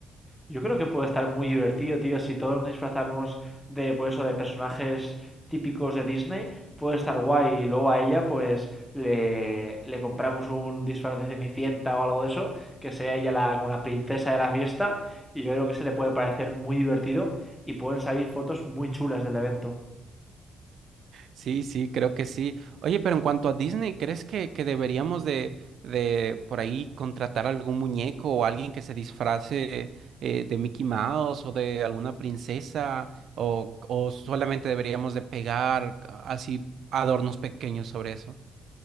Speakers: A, in the centre; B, on the right (about 65°).
A: Yo creo que puede estar muy divertido, tío. Si todos nos disfrazamos de, pues eso, de personajes típicos de Disney, puede estar guay. Y luego a ella, pues, le, le compramos un disfraz de Cenicienta o algo de eso, que sea ella la, como la princesa de la fiesta. Y yo creo que se le puede parecer muy divertido y pueden salir fotos muy chulas del evento.
B: Sí, sí, creo que sí. Oye, pero en cuanto a Disney, ¿crees que, que deberíamos de, de por ahí contratar algún muñeco o alguien que se disfrace eh, de Mickey Mouse o de alguna princesa? ¿O, o solamente deberíamos de pegar a- así adornos pequeños sobre eso?